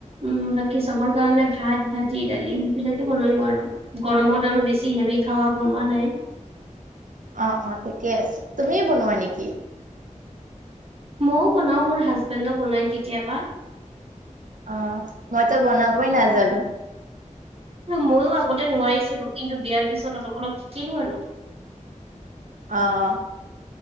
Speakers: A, on the right; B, on the right.
A: উম বাকী চবৰ কাৰণে ভাত ভাজি দালি সেইবিলাকে বনালো আৰু। গৰমত আৰু বেছি হেভি খাৱা বনোৱা নাই।
B: অ অ ঠিকে আছে, তুমি বনোৱা নেকি?
A: মইও বনাও মোৰ হাজবেণ্ডো বনাই কেতিয়াবা।
B: অহ মইতো বনাবই নাজানো।
A: ময়ো আগতে নোৱাৰিছিলো কিন্তু বিয়াৰ পিছত অলপ অলপ শিকিলো আৰু।
B: অহ।